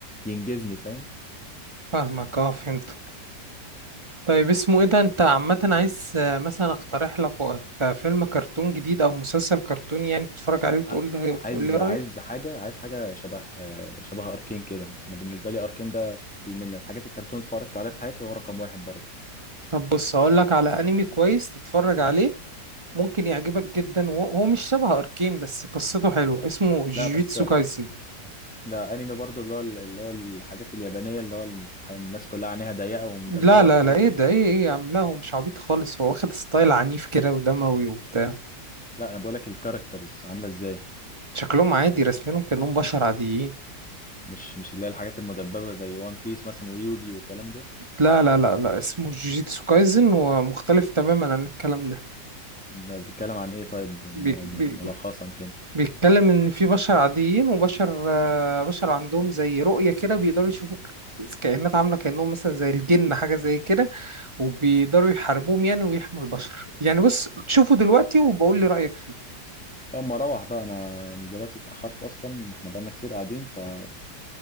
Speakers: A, in the centre; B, on the right (about 20°).
A: ينجزني فاهم
B: فاهمك اه فهمت طيب اسمه ايه ده انت عامة عايز آه، مثلا اقترح لك و- كفيلم كرتون جديد او مسلسل كرتوني يعني تتفرج عليه وتقول
A: أ-
B: لي
A: عايز
B: تقول لي رأيك
A: عايز حاجة عايز حاجة شبه شبه أركين كده أنا بالنسبة لي أركين ده من الحاجات الكرتون اتفرجت عليها في حياتي هو رقم واحد برضه
B: طب بص اقول لك على انمي كويس تتفرج عليه ممكن يعجبك جدا وهو هو مش شبه اركين بس قصته حلوة اسمه جيجيتسو
A: لا بس
B: كايسن
A: لا أنمي برضه اللي هو اللي هو الحاجات اليابانية اللي هو الح- الناس كلها عينيها ضيقة ومدببة
B: لا لا
A: والكلام
B: لا ايه
A: ده
B: ده ايه ايه يا عم لا هو مش عبيط خالص هو واخد ستايل عنيف كده ودموي وبتاع
A: لا انا بقولك الكاركترز عامله ازاي
B: شكلهم عادي رسمينهم كأنهم بشر عاديين
A: مش مش اللي هي الحاجات المدببه زي وان بيس مثلا ويوجي والكلام ده
B: لا لا لا لا اسمه جوجيتسو كايزن ومختلف تماما عن الكلام ده
A: ده بيتكلم عن ايه طيب م-
B: بي
A: م-
B: بي
A: ملخصا كده
B: بيتكلم ان في بشر عاديين وبشر آه، بشر عندهم زي رؤية كده بيقدروا يشوفوا ك- كائنات عاملة كأنهم مثلا زي الجن حاجة زي كده وبيقدروا يحاربوهم يعني ويحموا البشر يعني بص شوفوا دلوقتي وبقول لي رأيك فيه
A: لما اروح بقى انا دلوقتي اتاخرت اصلا احنا بقالنا كتير قاعدين فلما